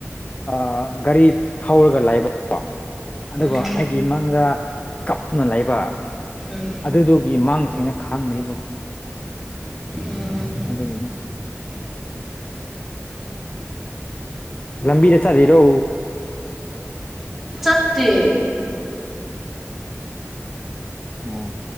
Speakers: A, on the left (about 30°); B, in the centre.
A: ꯑꯥ ꯒꯥꯔꯤ ꯊꯧꯔꯒ ꯂꯩꯕꯀꯣ ꯑꯗꯨꯒ
B: ꯎꯝ
A: ꯑꯩꯒꯤ ꯃꯪꯗ ꯀꯞꯅ ꯂꯩꯕ
B: ꯎꯝ
A: ꯑꯗꯨꯗꯨꯒꯤ ꯃꯪꯁꯤꯅ ꯈꯥꯡꯅꯦꯕꯀꯣ
B: ꯎꯝ
A: ꯑꯗꯨꯒꯤꯅꯦ ꯂꯝꯕꯤꯗ ꯆꯠꯂꯤꯔꯣ
B: ꯆꯠꯇꯦ
A: ꯑꯣ